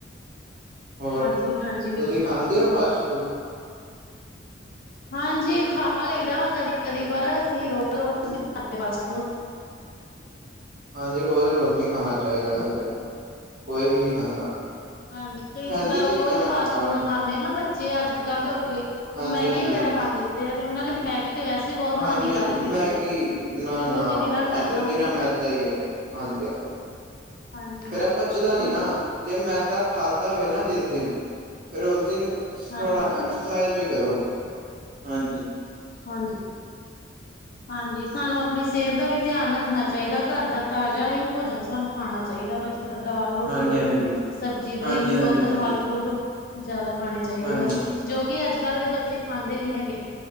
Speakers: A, on the right; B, on the left.
A: ਹੋਰ
B: ਹਾਂਜੀ-ਹਾਂਜੀ, ਬਿਲਕੁਲ।
A: ਤੁਸੀਂ ਖਾਂਦੇ ਹੋ ਫਾਸਟ ਫੂਡ?
B: ਹਾਂਜੀ ਖਾ ਲਈਦਾ ਵਾ ਕਦੀ- ਕਦੀ ਪਰ ਅਸੀਂ ਰੋ ਰੋਜ਼ ਨੀ ਖਾਂ ਫਾਸਟ ਫੂਡ।
A: ਹਾਂਜੀ ਰੋਜ਼- ਰੋਜ਼ ਨੀ ਖਾਣਾ ਚਾਹੀਦਾ ਵੈਸੇ ਤੇ, ਕੋਈ ਵੀ ਨੀ ਖਾਂਦਾ।
B: ਹਾਂਜੀ ਕਈ
A: ਹੈਲਦੀ
B: ਜਿੱਦਾਂ ਰੋਜ਼
A: ਚੀਜ਼ਾਂ
B: ਈ ਫਾਸਟ
A: ਖਾ
B: ਫੂਡ
A: ਲੈਣੀ।
B: ਖਾਂਦੇ ਨਾ ਬੱਚੇ ਆ- ਅੱਜ ਕੱਲ ਦੇ ਹੋ ਗਏ
A: ਹਾਂਜੀ
B: ਉਹ ਮੈਗੀ
A: ਹਾਂਜੀ
B: ਵਗੈਰਾ ਮੰਗਦੇ ਆ ਤੇ ਉਹਨਾਂ ਨੇ ਮੈਗੀ ਤੇ ਵੈਸੇ ਬਹੁਤ
A: ਹਾਂਜੀ-
B: ਹਾਨੀਕਾਰਕ
A: ਹਾਂਜੀ
B: ਹੈਗੀ
A: ਮੈਗੀ
B: ਆ
A: ਨਾ-
B: ਉਹ
A: ਨਾ
B: ਤੇ ਨਿਰਾ ਮੈਦਾ
A: ਏ ਤੇ ਨੀਰਾ
B: ਹੁੰਦਾ
A: ਮੈਦਾ ਈ ਐ ਹਾਂਜੀ ਹਾ।
B: ਹਾਂਜੀ
A: ਫੇਰ
B: ਹਾਂਜੀ
A: ਐ ਪੱਚਦਾ
B: ਬਿਲਕੁਲ
A: ਨੀ ਨਾ।
B: ਜੀ
A: ਜੇ ਮੈਦਾ ਖਾਧਾ ਹੋਵੇ ਨਾ ਜਿਸ ਦਿਨ, ਫੇਰ ਉਸ ਦਿਨ
B: ਹਾਂਜੀ
A: ਥੋੜਾ ਐਕ ਸਾਈਜ਼ ਵੀ ਕਰੋ। ਹਾਂਜੀ।
B: ਹਾਂਜੀ- ਹਾਂਜੀ ਸਾਨੂੰ ਆਪਣੀ ਸਿਹਤ ਦਾ ਵੀ। ਧਿਆਨ ਰੱਖਣਾ ਚਾਹੀਦਾ ਘਰ ਦਾ ਤਾਜ਼ਾ ਹੀ ਭੋਜਨ ਸਾਨੂੰ ਖਾਣਾ ਚਾਹੀਦਾ ਵਾ ਜਿੱਦਾਂ ਦਾਲ ਰੋਟੀ
A: ਹਾਂਜੀ
B: ਹੋ ਗਈ।
A: ਹਾਂਜੀ ਹਾਂਜੀ
B: ਸਬਜ਼ੀ, ਦਹੀਂ,
A: ਹਾਂਜੀ
B: ਦੁੱਧ,
A: ਹਾਂਜੀ
B: ਫਲ ਫਰੂਟ ਜਾ਼ਦਾ ਖਾਣੇ ਚਾਹੀਦੇ
A: ਹਾਂਜੀ
B: ਆ ਜੋ ਕਿ ਅੱਜ ਕੱਲ ਦੇ ਬੱਚੇ ਖਾਂਦੇ ਨੀ ਹੈਗੇ।